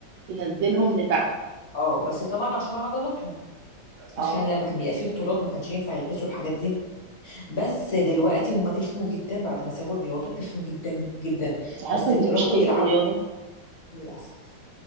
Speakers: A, on the right; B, on the left.
A: تنزلهم لتحت
B: اه بس طبعا عشان عضلاتهم
A: اه
B: عشان لما كان بيبقى فيه بطولات ما كانش ينفع يلبسوا الحاجات دي بس دلوقتي هم تخنوا جدا بعد ما سابوا الرياضة تخنوا جدا جدا
A: انت عارفه
B: بس ج-
A: دي
B: راحوا
A: مشكله
B: يلعبوا
A: الرياضه
B: للأسف